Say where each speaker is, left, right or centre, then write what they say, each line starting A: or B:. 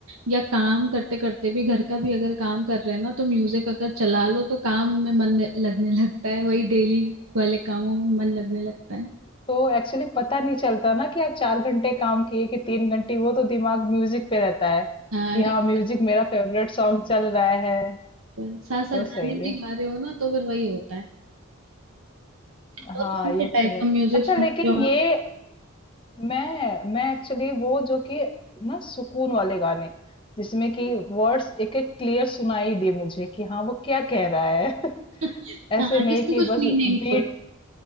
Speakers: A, on the right; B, on the left.
A: या काम करते करते भी घर का भी अगर काम कर रहे हैं ना तो म्यूजिक अगर चला लो तो काम में मन लगने लगता है वही डेली वाले कामों में मन लगने लगता है
B: तो एक्चुअली पता नहीं चलता ना कि आप 4 घंटे काम किए कि 3 घंटे वो तो दिमाग म्यूजिक पे रहता है
A: हाँ
B: कि
A: क्योंकि
B: हाँ, म्यूजिक मेरा फेवरेट सॉन्ग चल रहा है,
A: साथ साथ साथ
B: तो
A: गाने
B: सही है।
A: भी गा रहे हो ना तो फिर वही होता है और
B: हाँ,
A: कौन से
B: ये
A: टाइप
B: तो है।
A: का म्यूजिक
B: अच्छा
A: सुनते
B: लेकिन
A: हो
B: ये
A: आप
B: मैं मैं एक्चुअली वो जो कि ना सुकून वाले गाने जिसमें कि वर्ड्स एक एक क्लियर सुनाई दे मुझे कि हाँ वो क्या कह रहा है <laughs>
A: <laughs> हाँ
B: ऐसे नहीं
A: जिसमें
B: कि
A: कुछ
B: बस
A: मीनिंगफुल
B: बीट